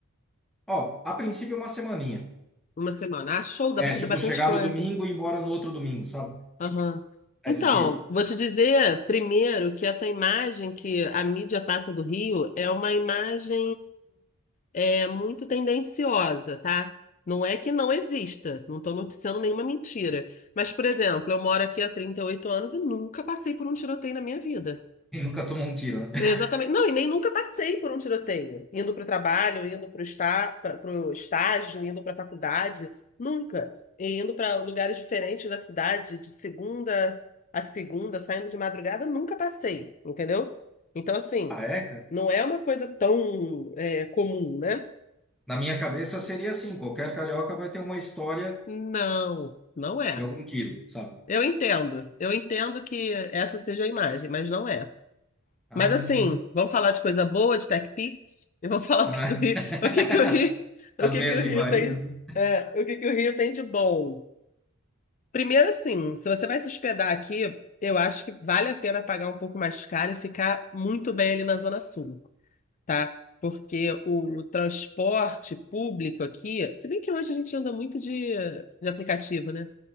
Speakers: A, in the centre; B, on the left.
A: Ó, a princípio uma semaninha.
B: Uma semana. Ah, show, dá
A: É,
B: pra fazer
A: tipo,
B: bastante
A: chegar
B: coisa.
A: no domingo e ir embora no outro domingo, sabe?
B: Aham.
A: Sete
B: Então,
A: dias.
B: vou te dizer primeiro que essa imagem que a mídia passa do Rio é uma imagem é, muito tendenciosa, tá? Não é que não exista, não estou noticiando nenhuma mentira. Mas, por exemplo, eu moro aqui há 38 anos e nunca passei por um tiroteio na minha vida.
A: E nunca tomou um tiro, né? <laughs>
B: É, Exatamente. Não, e nem nunca passei por um tiroteio. Indo para o trabalho, indo para o está, para o estágio, indo para a faculdade. Nunca. E indo para lugares diferentes da cidade, de segunda a segunda, saindo de madrugada, nunca passei, entendeu? Então, assim,
A: Ah, é?
B: não é uma coisa tão, é, comum, né?
A: Na minha cabeça seria assim, qualquer carioca vai ter uma história
B: Não, não é.
A: de algum quilo, sabe?
B: Eu entendo. Eu entendo que essa seja a imagem, mas não é.
A: Ah,
B: Mas assim, vamos falar de coisa boa, de Tech Pix, e vamos falar do
A: ah.
B: que que o Rio,
A: <laughs>
B: o que que o Rio,
A: as
B: o que
A: meias
B: que o
A: Vivarina,
B: Rio tem,
A: né?
B: é, o que que o Rio tem de bom. Primeiro, assim, se você vai se hospedar aqui, eu acho que vale a pena pagar um pouco mais caro e ficar muito bem ali na Zona Sul, tá? Porque o transporte público aqui, se bem que hoje a gente anda muito de, de aplicativo, né?